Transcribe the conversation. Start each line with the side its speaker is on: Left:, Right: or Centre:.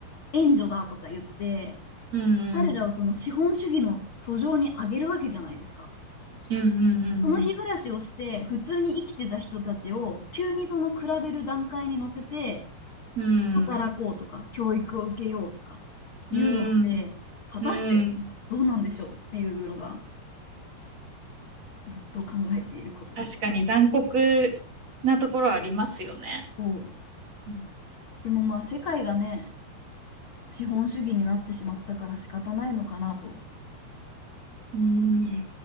Left: 援助だとか言って、
Right: うんうん。
Left: 彼らをその資本主義の俎上に上げるわけじゃないですか。
Right: うんうんうん
Left: その日暮らしをして普通に生きてた人たちを急にその比べる段階に乗せて
Right: うんうん。うんうんうんへえうんうんうんうんうんうんうんうん
Left: 働こうとか教育を受けようとかいうのって果たしてどうなんでしょうっていうのが
Right: うんうん、うん。
Left: ずっと考えていることですね。
Right: 確かに残酷なところありますよね。
Left: そう。
Right: うん
Left: でもまあ世界がね、資本主義になってしまったから仕方ないのかなと
Right: うん。